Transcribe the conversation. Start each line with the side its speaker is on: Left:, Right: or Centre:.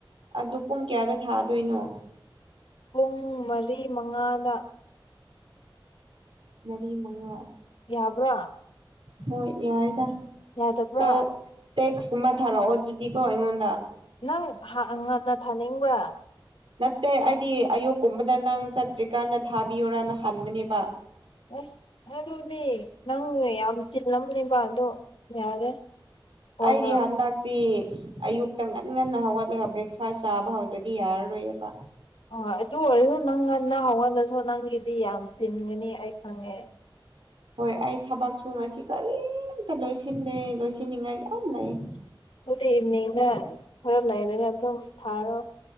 Right: ꯑꯗꯨ ꯄꯨꯡ ꯀꯌꯥꯗ ꯊꯥꯗꯣꯏꯅꯣ
Left: ꯄꯨꯡ ꯃꯔꯤ ꯃꯉꯥꯗ
Right: ꯃꯔꯤ ꯃꯉꯥ
Left: ꯌꯥꯕ꯭ꯔꯥ
Right: ꯍꯣꯏ ꯌꯥꯏꯗ
Left: ꯌꯥꯗꯕ꯭ꯔꯥ
Right: ꯀꯣ ꯇꯦꯛꯁꯀꯨꯝꯕ ꯊꯥꯔꯛꯑꯣ ꯑꯗꯨꯗꯤꯀꯣ ꯑꯩꯉꯣꯟꯗ
Left: ꯅꯪ ꯍꯥ ꯉꯟꯅ ꯊꯥꯅꯤꯡꯕ꯭ꯔꯥ
Right: ꯅꯠꯇꯦ ꯑꯩꯗꯤ ꯑꯌꯨꯛꯀꯨꯝꯕꯗ ꯅꯪ ꯆꯠꯇ꯭ꯔꯤꯀꯥꯟꯗ ꯊꯥꯕꯤꯌꯣꯔꯅ ꯈꯟꯕꯅꯦꯕ
Left: ꯑꯁ ꯑꯗꯨꯗꯤ ꯅꯪꯅ ꯌꯥꯝ ꯆꯤꯜꯂꯝꯅꯦꯕ ꯑꯗꯣ ꯌꯥꯔꯦ ꯀꯣꯟꯅ
Right: ꯑꯩꯗꯤ ꯍꯥꯟꯗꯛ ꯇꯤ ꯑꯌꯨꯛꯇ ꯉꯟ ꯉꯟꯅ ꯍꯧꯒꯠꯂꯒ ꯕ꯭ꯔꯦꯛꯐꯥꯁ ꯆꯥꯕ ꯍꯧꯗ꯭ꯔꯗꯤ ꯌꯥꯔꯔꯣꯏꯌꯦꯕ
Left: ꯍꯣꯏ ꯑꯗꯨ ꯑꯣꯏꯔꯁꯨ ꯅꯪ ꯉꯟꯅ ꯅꯪ ꯍꯉꫭꯟꯅꯁꯨ ꯅꯪꯒꯤꯗꯤ ꯌꯥꯝ ꯆꯤꯟꯒꯅꯤ ꯑꯩ ꯈꯪꯉꯦ
Right: ꯍꯣꯏ ꯑꯩ ꯊꯕꯛꯁꯨ ꯉꯁꯤ ꯀꯔꯤꯝꯇ ꯂꯣꯏꯁꯤꯟꯗꯦ ꯂꯣꯏꯁꯤꯟꯅꯤꯡꯉꯥꯏ ꯌꯥꯝ ꯂꯩ
Left: ꯑꯗꯨꯗꯤ ꯏꯚꯅꯤꯡꯗ ꯈꯔ ꯂꯩꯔꯒ ꯑꯗꯨꯝ ꯊꯥꯔꯣ